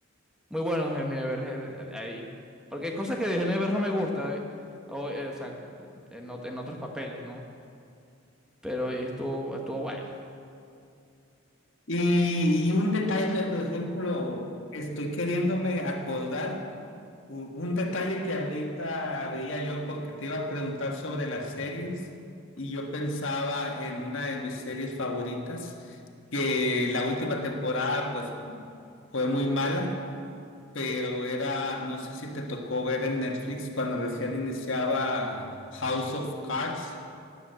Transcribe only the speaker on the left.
Y, y un detalle, por ejemplo, estoy queriéndome acordar u- un detalle que ahorita veía yo porque te iba a preguntar sobre las series y yo pensaba en una de mis series favoritas, que la última temporada pues fue muy mala, pero era, no sé si te tocó ver en Netflix cuando recién iniciaba House of Cards.